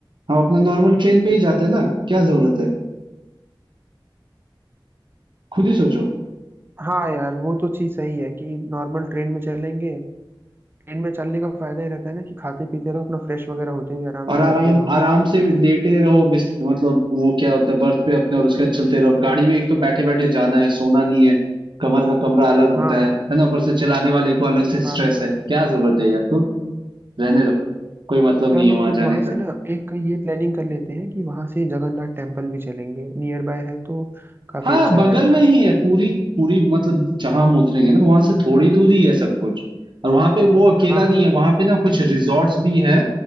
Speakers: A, on the right; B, on the right.
A: हम अपना नॉर्मल ट्रेन पे ही जाते हैं ना क्या जरूरत है खुद ही सोचो
B: हाँ यार वो तो चीज सही है कि नॉर्मल ट्रेन में चलेंगे ट्रेन में चलने का फायदा ही रहता है ना कि खाते पीते रहो अपना फ्रेश वगैरह होते हुए आराम
A: और
B: से
A: आराम
B: जाते रहो
A: आराम से लेटे रहो बिस मतलब वो क्या बोलते हैं बर्थ पे अपने और उसके बाद चलते रहो अब गाड़ी में एक तो बैठे बैठे जाना है सोना नहीं है कमर का कमरा अलग होता
B: हाँ
A: है
B: हाँ
A: है ना ऊपर से चलाने वाले को अलग से
B: हाँ
A: स्ट्रेस
B: हाँ
A: है क्या जरूरत है यार तू रहने दो कोई मतलब
B: चलो
A: नहीं है वहां
B: फिर
A: जाने
B: वहां
A: का
B: से ना एक ये प्लानिंग कर लेते हैं कि वहां से जगन्नाथ टेम्पल भी चलेंगे नियर बाय है तो काफी
A: हाँ
B: अच्छा
A: बगल
B: रहेगा
A: में ही है पूरी पूरी मतलब जहां हम उतरेंगे ना वहां से थोड़ी दूरी है सब कुछ और वहां पे वो अकेला
B: हाँ
A: नहीं
B: हाँ
A: है वहां पे ना कुछ रिजॉर्ट्स भी है